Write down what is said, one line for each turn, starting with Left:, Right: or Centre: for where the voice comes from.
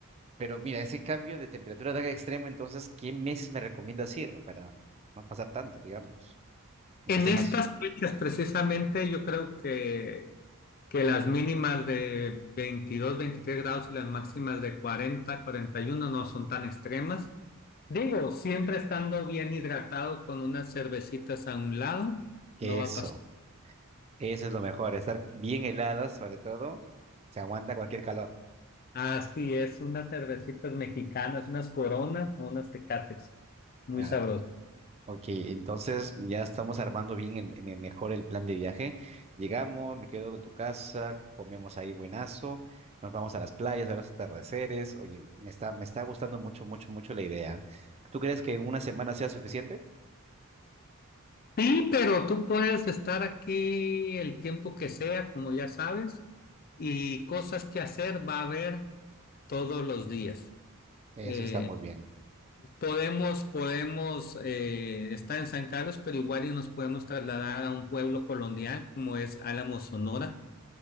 Right: Pero mira, ese cambio de temperatura tan extremo, entonces, ¿qué meses me recomiendas ir para no pasar tanto, digamos? Aunque
Left: En
Right: sea
Left: estas
Right: más...
Left: fechas, precisamente, yo creo que, que las mínimas de 22 23 grados y las máximas de cuarenta cuarenta y uno no son tan extremas. Digo, siempre estando bien hidratado con unas cervecitas a un lado,
Right: Eso,
Left: no va a pasar.
Right: eso es lo mejor, estar bien helada sobre todo, se aguanta cualquier calor.
Left: Así es, unas cervecitas mexicanas, unas coronas o unas tecates. Muy
Right: Ah,
Left: sabroso.
Right: Ok, entonces ya estamos armando bien el, el mejor el plan de viaje. Llegamos, me quedo en tu casa, comemos ahí buenazo, nos vamos a las playas, a los atardeceres. Oye, me está, me está gustando mucho, mucho, mucho la idea. ¿Tú crees que una semana sea suficiente?
Left: Sí, pero tú puedes estar aquí el tiempo que sea, como ya sabes, y cosas que hacer va a haber todos los días.
Right: Eso
Left: Eh,
Right: está muy bien.
Left: podemos, podemos eh, estar en San Carlos, pero igual y nos podemos trasladar a un pueblo colonial como es Álamo, Sonora